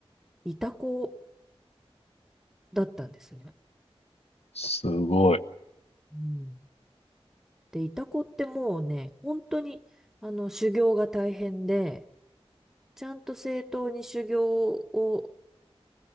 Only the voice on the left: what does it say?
すごい。